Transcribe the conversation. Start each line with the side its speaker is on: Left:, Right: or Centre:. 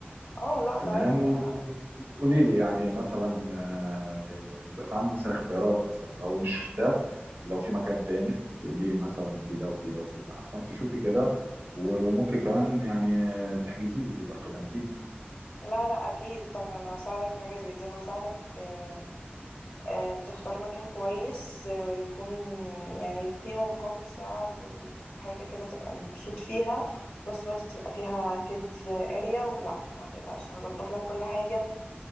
Left: اه لا
Right: تمام
Left: تمام
Right: وت- وتقولي لي يعني مثلا آه، يبقى في عندي مثلا اختيارات مثلا لو مش ده لو في مكان تاني تقولي لي مثلا في ده وفي ده وفي ده فانت شوفي كده وممكن كمان يعني تحجزي لي تبقى خدمتيني
Left: لا لا أكيد طبعا هساعدك في حاجة زي دي أنا هساعدك آه، آه، تختار مكان كويس آه، يكون يعني قيمة مقابل سعر وحاجة كده تبقى مبسوط فيها وفي نفس الوقت تبقى فيها كيدز اريا ولا ما تقلقش هظبط لك كل حاجة